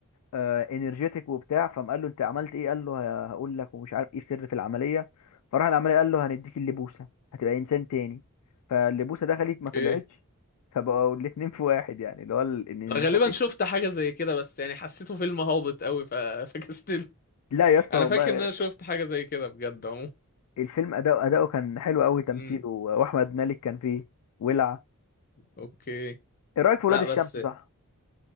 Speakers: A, on the left; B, on the left.
A: آه، انرجيتك وبتاع فقام قال له انت عملت ايه قال له "ه- هقول لك ومش عارف ايه السر في العملية فراح العملية قال له هنديك اللبوسة هتبقى انسان تاني فاللبوسة دخلت
B: اوكي
A: ما طلعتش فبقوا الاتنين في واحد يعني اللي هو ال- الانرجيتك
B: أنا غالبا شفت حاجة زي كده بس يعني حسيته فيلم هابط قوي ف... <laughs> فكستله
A: لا يا اسطى
B: انا
A: والله
B: فاكر ان انا شفت حاجة زي كده بجد عموما
A: الفيلم اداؤه اداؤه كان حلو قوي تمثيله
B: مم.
A: واحمد مالك كان فيه ولع
B: اوكي
A: ايه رايك في ولاد
B: لا
A: الشمس
B: بس
A: صح